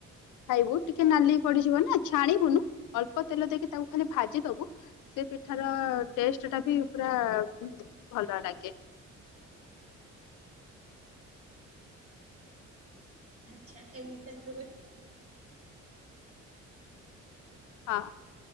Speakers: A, on the left; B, on the right.
A: ଖାଇବୁ ଟିକେ ନାଲି ପଡିଯିବ ନା ଛାଣିବୁନୁ ଅଳ୍ପ ତେଲ ଦେଇକି ତାକୁ ଖାଲି ଭାଜି ଦବୁ ସେ ପିଠାରଟେଷ୍ଟ ଟା ବି ପୁରା ଭଲ ଲାଗେ।
B: ଆଛା ଏମିତି <unintelligible>
A: ହଁ।